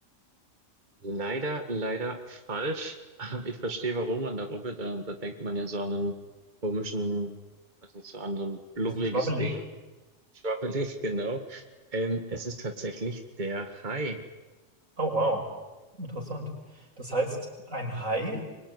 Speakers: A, on the right (about 35°); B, on the right (about 85°).
A: Leider, leider falsch. Aber ich verstehe, warum an der Robbe. Da, da denkt man ja so an einen komischen, weiß nicht, so an so ein blubberiges
B: Ein bisschen schwabbelig.
A: Ding. Schwabbelig, genau. Ähm, es ist tatsächlich der Hai.
B: Oh, wow. Interessant. Das heißt, ein Hai